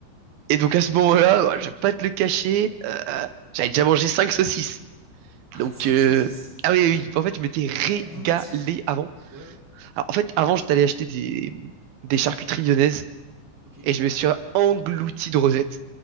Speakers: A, on the right; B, in the centre.
A: Et donc à ce moment-là, ouais, je vais pas te le cacher, euh, j'avais déjà mangé 5 saucisses.
B: Ah,
A: Donc
B: 5
A: euh,
B: saucisses.
A: ah oui, oui,
B: Ouais.
A: oui, en fait, je m'étais
B: Et tu
A: régalé
B: les as englouties.
A: avant.
B: Ouais, ouais.
A: Alors, en fait, avant, j'étais allé acheter des des charcuteries lyonnaises
B: Ok.
A: et je me suis englouti de rosettes.